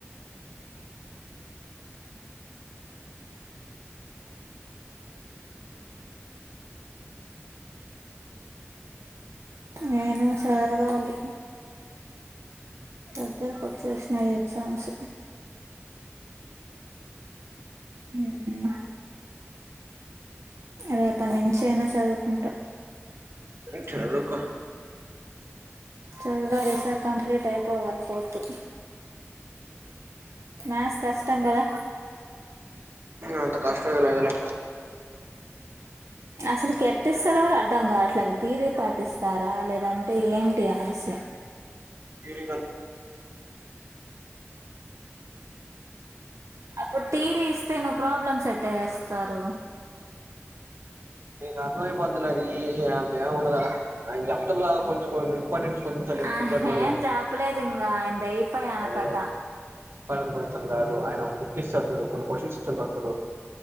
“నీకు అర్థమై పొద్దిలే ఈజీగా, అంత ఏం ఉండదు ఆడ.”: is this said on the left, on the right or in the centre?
Right